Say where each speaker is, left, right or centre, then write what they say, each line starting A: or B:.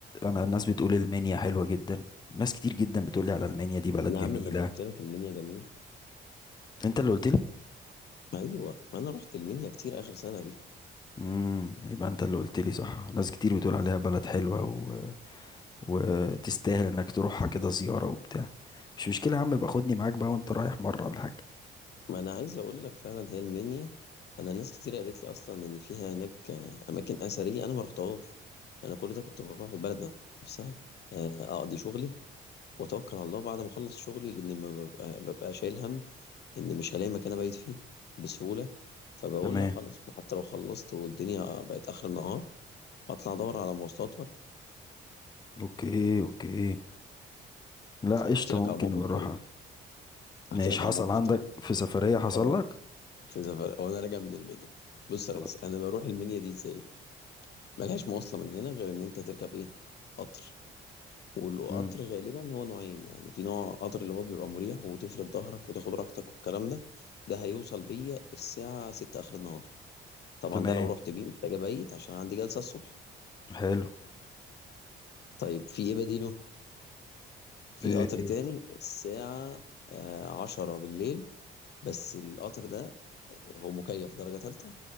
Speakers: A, on the left; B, on the left.
A: انا الناس بتقول المنيا حلوة جدا ناس كتير جدا بتقول لي على المنيا دي بلد
B: يا
A: جميلة
B: عم ما أنا قلت لك المنيا جميل
A: انت اللي قلت لي
B: ما أيوه ما أنا رحت المنيا كتير آخر سنة دي
A: امم يبقى انت اللي قلت لي صح ناس كتير بتقول عليها بلد حلوة وتستاهل انك تروحها كده زيارة وبتاع مش مشكلة يا عم يبقى خدني معاك بقى وانت رايح مرة ولا حاجة
B: ما أنا عايز أقول لك فعلا هي المنيا أنا ناس كتير قالت لي أصلا إن فيها هناك آه، أماكن أثرية أنا ما رحتهاش أنا كل ده كنت بروح البلد نفسها آه، أقضي شغلي واتوكل على الله بعد ما اخلص شغلي لان ما ببقى, ببقى شايل هم ان مش هلاقي مكان ابيت فيه بسهوله فبقول
A: تمام
B: لا خلاص حتى لو خلصت والدنيا بقت اخر النهار اطلع ادور على مواصلات واركب
A: اوكي اوكي لا قشطة
B: احكي لك
A: ممكن
B: على موقف
A: نروحها
B: طريف
A: ماشي
B: احكي لك
A: حصل
B: على موقف
A: عندك
B: طريف
A: في سفرية حصل
B: اه
A: لك
B: في سفر وانا راجع من المنيا بص يا
A: طيب.
B: ريس انا بروح المنيا دي ازاي ملهاش مواصله من هنا غير ان انت تركب ايه قطر والقطر
A: مم.
B: غالبا هو نوعين يعني في نوع قطر اللي هو بيبقى مريح وتفرد ظهرك وتاخد راحتك والكلام ده ده هيوصل بيا الساعة ستة آخر النهار طبعا
A: تمام
B: ده لو رحت بيه محتاج ابيت عشان عندي جلسة الصبح
A: حلو
B: طيب في ايه بديله في
A: ايه
B: قطر
A: ايه
B: تاني الساعة آه، عشرة بالليل بس القطر ده آه، هو مكيف درجة تالتة